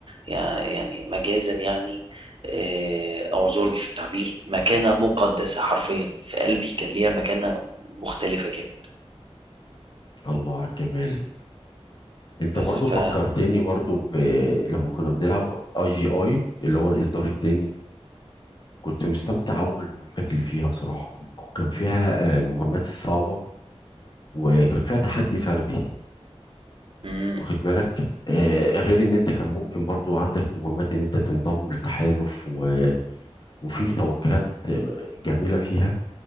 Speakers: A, on the right; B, on the left.
A: يع- يعني مجازا يعني آه، اعذرني في التعبير مكانه مقدسه حرفيا في قلبي كان ليها مكانه مختلفه جدا
B: الله على الجمال انت
A: بس
B: برضو فكرتني
A: ف
B: برضو ب... لما كنا بنلعب اي جي اي اللي هو الاصدار التاني كنت مستمتع أوي بالمهمات اللي فيها بصراحة كان فيها آه، مهمات الصعبة وكان فيها تحدي فردي
A: مم.
B: واخد بالك آه، غير ان انت كان ممكن برضو عندك مهمات ان انت تنضم للتحالف و... وفي توجهات آه، جميلة فيها